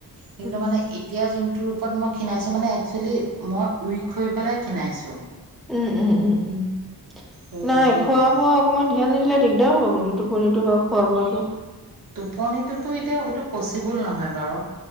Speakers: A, on the right; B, in the centre.
A: কিন্তু
B: উম,
A: মানে এতিয়া জোনটো গ্ৰুপত মই খিনাইছো মানে একচুৱেলি মই উইক হৈ পেলাই খিনাইছো
B: উম উম উম উম
A: উইক
B: নাই
A: হৈ পেলাই
B: খোৱা
A: ক্ষীণাইছো
B: বোৱা অকমান ধ্যান দিলে দিগদাৰ হ'ব কিন্তু টোপনিটো বাৰু খোৱা বোৱাটো
A: টোপনিটোতো এতিয়া হইটো পচিবল নহয় বাৰু